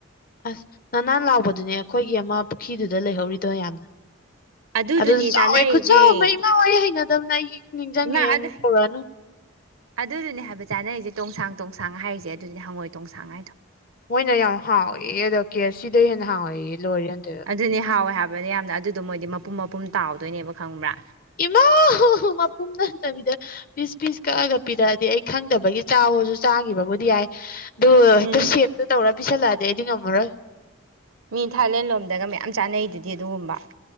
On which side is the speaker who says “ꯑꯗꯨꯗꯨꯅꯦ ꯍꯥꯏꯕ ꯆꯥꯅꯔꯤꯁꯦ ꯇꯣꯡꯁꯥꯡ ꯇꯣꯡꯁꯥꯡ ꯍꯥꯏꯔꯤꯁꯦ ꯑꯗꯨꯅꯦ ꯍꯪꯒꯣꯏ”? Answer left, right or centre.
Right